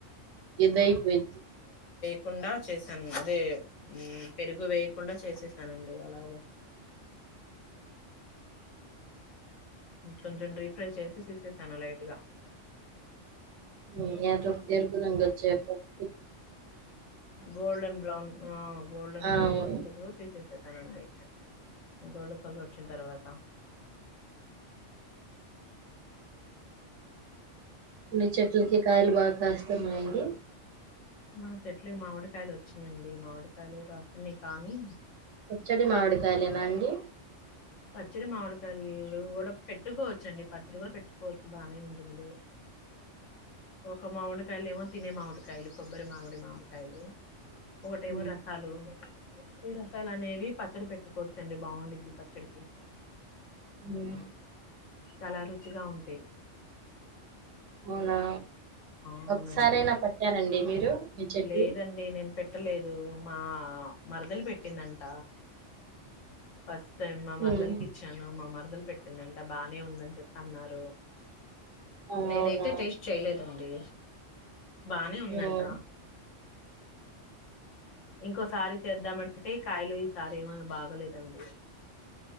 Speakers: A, on the right (about 80°); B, on the left (about 80°).
A: ఇదైపోద్ది
B: కుండా చేశాను అదే మ్ పెరుగు వేయకుండా చేసేసానండి అలాగే కొంచెం డీప్ ఫ్రై చేసి తీసేసాను లైట్ గా
A: ఏ ఎరుపు రంగు వచ్చేవరకు
B: గోల్డెన్ బ్రౌన్ గోల్డెన్
A: ఆ
B: బ్రౌన్
A: అవును
B: వచ్చేటగ్గర తీసేసేస్తానండి గోల్డ్ కలర్ వచ్చిన తర్వాత
A: మీ చెట్లకి కాయలు బాగా కాస్తున్నాయండి
B: మా చెట్లకి మామిడికాయలు వచ్చినాయండి మామిడికాయలు కాస్తున్నాయి కానీ
A: పచ్చడి మామిడి కాయాలేనా అండి
B: పచ్చడి మామిడికాయలు కూడా పెట్టుకోవచ్చండి పచ్చడి కూడా పెట్టుకోవచ్చు బానే ఉంటుంది ఒక మామిడికాయలు ఏమో తినే మామిడికాయలు కొబ్బరి మామిడి మామిడికాయలు. ఒకటెమో
A: హ్మ్
B: రసాలు ఈ రసాలు అనేవి పచ్చడి పెట్టుకోవచ్చండి బాగుండిద్ది ప చ్చడికి
A: మ్
B: చాలా రుచిగా ఉంటి
A: అవునా
B: అవునండి
A: ఒకసారైనా పట్టారండి మీరు మీ చెట్టువి?
B: లేదండి నేను పెట్టలేదు మా ఆ మరదలు పెట్టిందంట ఫస్ట్ టైమ్ మా
A: హ్మ్.
B: మరదలకి ఇచ్చాను మా మరద మొదలు పెట్టిందంట బాగానే ఉందని చెప్పి అన్నారు.
A: ఆ!
B: నేనైతే
A: అవునా!
B: టేస్ట్ చేయలేదండి బానే ఉందంట.
A: హ్మ్.
B: ఇంకోసారి చేద్దామంటే కాయలు ఈసారి ఏమ బాగలేదండి.